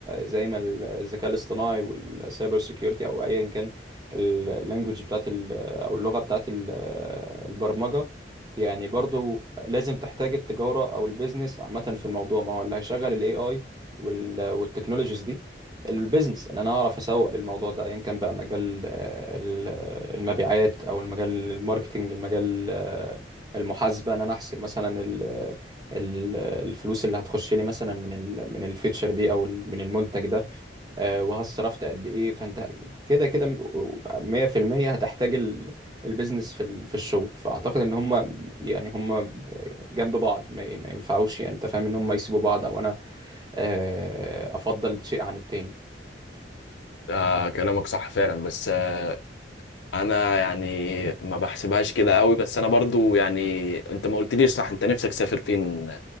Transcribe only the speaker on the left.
آه كلامك صح فعلا بس آه انا يعني ما بحسبهاش كده قوي بس انا برضو يعني انت ما قلتليش صح انت نفسك تسافر فين